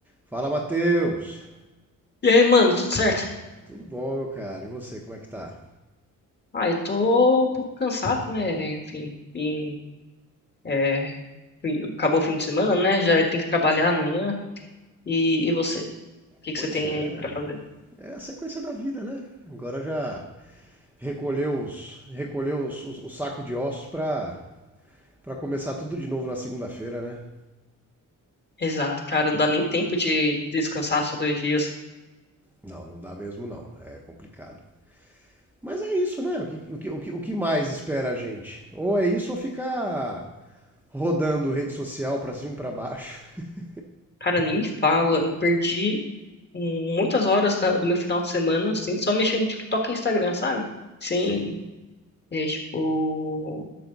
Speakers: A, in the centre; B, on the left.
A: Fala, Matheus!
B: E aí, mano, tudo certo?
A: Tudo bom, meu cara? E você, como é que tá?
B: Ah, eu tô um pouco cansado, né? Enfim, em- é, fim- acabou o fim de semana, né? Já tem que trabalhar amanhã. E, e você? O que
A: Pois
B: que você tem
A: é,
B: aí pra fazer?
A: é a sequência da vida, né? Agora já recolheu os, recolheu os, os- o saco de ossos pra, pra começar tudo de novo na segunda-feira, né?
B: Exato, cara, não dá nem tempo de descansar só dois dias.
A: Não, não dá mesmo não, é complicado. Mas é isso, né? O que, o que, o que- o que mais espera a gente? Ou é isso ou ficar rodando rede social pra cima e pra baixo. <laughs>
B: Cara, nem me fala, eu perdi muitas horas da- do meu final de semana, assim, só mexendo no TikTok e Instagram, sabe? Sim,
A: Sim.
B: é tipo.